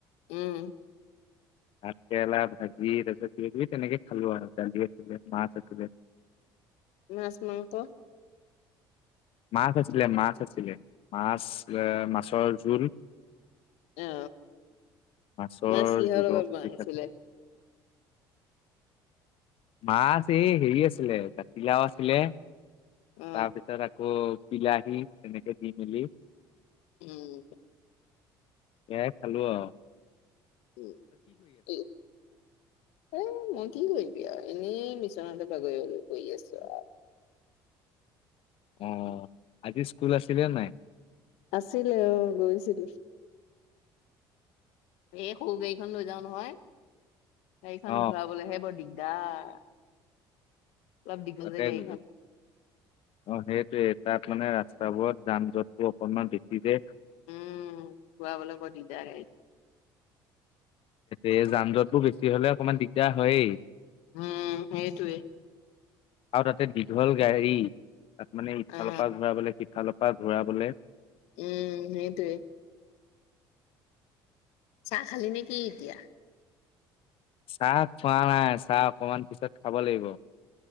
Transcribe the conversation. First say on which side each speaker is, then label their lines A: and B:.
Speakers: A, on the left; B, on the left.
A: উম।
B: ভাত কেৰেলা ভাজি তাৰপিছত কিবা কিবি তেনেকে খালোঁ আৰু। দালি আছিলে মাছ আছিলে।
A: মাছ মাংস।
B: মাছ আছিলে মাছ আছিলে। মাছ মাছৰ জোল।
A: অ
B: মাছৰ
A: মাছ কিহৰ
B: জুলেও
A: লগত
B: খতি
A: বনাইছিলে?
B: মাছ এই হেৰি আছিলে কাতিলাও আছিলে
A: অ
B: তাৰপিছত আকৌ বিলাহী তেনেকে দি মেলি
A: উম।
B: এয়াই খালো অ'।
A: উম এই। এ মই কি কৰিবি আৰু এনেই বিচনাতে বাগৰিবলৈ পৰি আছো আৰু।
B: অ' আজি স্কুল আছিলে নাই
A: আছিলে অ' গৈছিলো। এ সৰু গাড়ীখন লৈ যাও নহয় গাড়ীখন
B: অ
A: ঘূৰাবলৈহে বৰ দিগদাৰ। অলপ দীঘল
B: <unintelligible>
A: যে গাড়ীখন
B: অ' সেইটোৱে তাত মানে ৰাস্তাবোৰত যান জঁটটোৰ অকনমান বেছি যে।
A: উম ঘুৰাবলৈ বৰ দিগদাৰ
B: ই যান জঁটবোৰ বেছি হলে অকণমান দিগদাৰ হয়েই।
A: উম সেইটোৱে
B: আৰু তাতে দীঘল গাড়ী তাত মানে ইফালৰ
A: অ
B: পৰা ঘূৰাবলৈ ইফালৰ পৰা ঘূৰাবলৈ
A: উম সেইতে চাহ খালি নেকি এতিয়া
B: চাহ খোৱা নাই চাহ অকমান পিছত খাব লাগিব